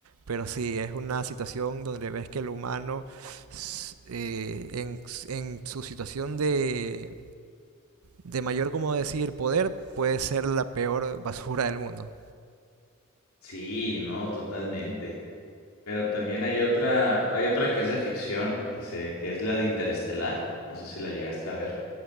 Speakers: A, on the right; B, on the left.
A: Pero sí, es una situación donde ves que el humano, s- eh, en, s- en su situación de, de mayor, como decir, poder, puede ser la peor basura del mundo.
B: Sí, no, totalmente. Pero también hay otra, hay otra que es de ficción, que se, que es la de Interestelar. No sé si la llegaste a ver.